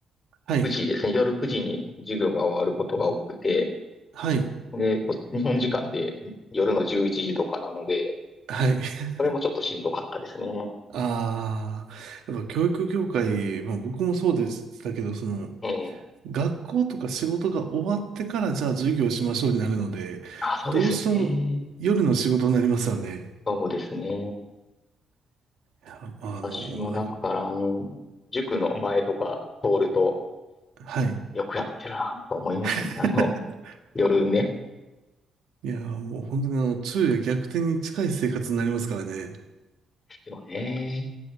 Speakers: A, on the right (about 75°); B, on the left (about 30°).
A: はい。
B: 9時ですね。夜9時に授業が終わることが多くて、
A: はい。
B: で、こ日本時間で夜の11時とかなので、
A: はい。<laughs>
B: それもちょっとしんどかったですね。
A: ああ、やっぱ教育業界、まあ僕もそうでしたけど、その、
B: ええ。
A: 学校とか仕事が終わってからじゃあ授業しましょうになるので、
B: あ、そうですよね。
A: どうしても夜の仕事になりますよね。
B: そうですね。
A: いやあの、
B: 私もだから、
A: なんかこ
B: あの、塾の前とか通ると、
A: う、はい。
B: よくやってるなと思いますね。
A: <laughs>
B: あの、夜ね。
A: いや、もう本当にあの、昼夜逆転に近い生活になりますからね。
B: ですよね。